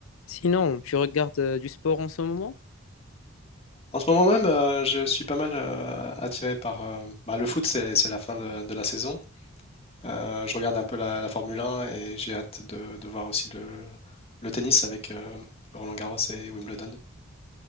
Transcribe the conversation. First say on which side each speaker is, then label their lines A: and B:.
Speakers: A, on the left (about 80°); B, on the left (about 30°).
A: Sinon, tu regardes euh, du sport en ce moment?
B: En ce moment même, euh, je suis pas mal euh, attiré par euh, bah, le foot, c'est c'est la fin de, de la saison. Euh, je regarde un peu la, la Formule 1 et j'ai hâte de, de voir aussi le, le tennis avec euh, Roland-Garros et Wimbledon.